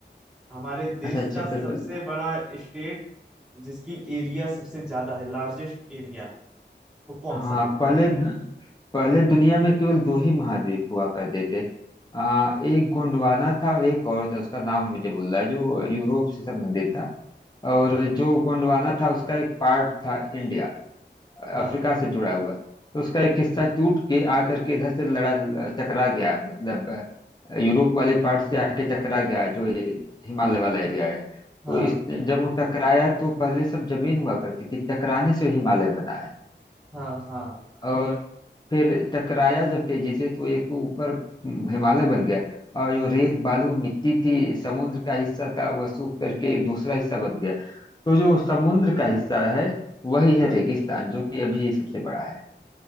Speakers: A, in the centre; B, on the left.
A: हमारे देश
B: अच्छा छत्रपति
A: का सबसे बड़ा स्टेट जिसकी एरिया सबसे ज्यादा है लार्जेस्ट एरिया वो कौन
B: हाँ
A: सा है
B: पहले पहले दुनिया में केवल दो ही महाद्वीप हुआ करते थे आ, एक गोंडवाना था और एक और था उसका नाम मुझे भूल रहा है जो यूरोप से संबंधित था और
A: हाँ
B: जो गोंडवाना था उसका एक पार्ट था इंडिया
A: हाँ
B: अफ्रीका से जुड़ा हुआ तो उसका एक हिस्सा टूट के आकर के इधर से लड़ा टकरा गया मतलब अ, यूरोप वाले पार्ट से आके टकरा गया जो ये हिमालय वाला एरिया है
A: हाँ
B: तो इस जब वो टकराया तो पहले सब जमीन हुआ करती थी टकराने से हिमालय बना है
A: हाँ हाँ
B: और फिर टकराया जब तेजी से तो एक तो ऊपर हम्म, हिमालय बन गया और जो रेत बालू मिट्टी थी समुद्र का हिस्सा था वह सूख करके एक दूसरा हिस्सा बन गया तो जो समुद्र का हिस्सा है वही है
A: हाँ
B: रेगिस्तान जो कि अभी सबसे बड़ा है